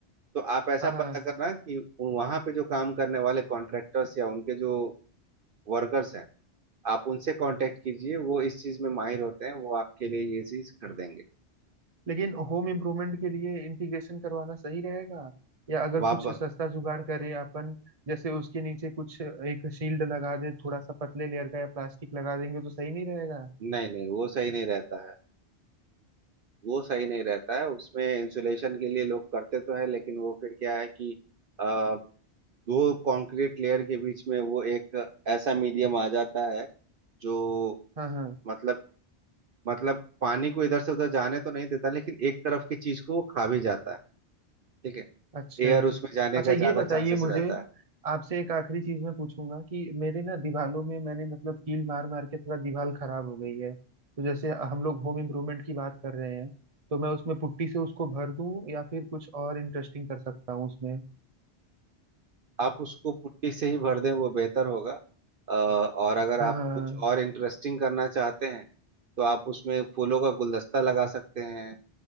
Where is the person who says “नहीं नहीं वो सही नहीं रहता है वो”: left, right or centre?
Right